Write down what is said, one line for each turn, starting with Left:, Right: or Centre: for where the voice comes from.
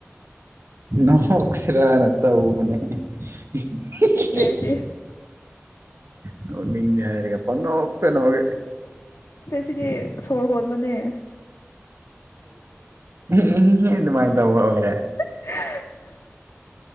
Right: ꯅꯣꯛꯁꯤꯔꯅ ꯇꯧꯕꯅꯦ ꯑꯍꯤ ꯍꯤ ꯍꯤ
Left: ꯗꯤ ꯍꯤꯍꯤ
Right: ꯅꯣꯛꯅꯤꯡꯗꯦ ꯍꯥꯏꯔꯒꯦ ꯄꯪꯅꯣꯛꯇ ꯅꯣꯛꯏ
Left: ꯗꯨꯗꯤ ꯁꯣꯔ ꯍꯣꯟꯕꯅꯦ
Right: ꯑꯍꯤ ꯍꯤ ꯑꯗꯨꯃꯥꯥꯏꯅ ꯇꯧꯕ ꯑꯣꯏꯔꯦ
Left: <unintelligible>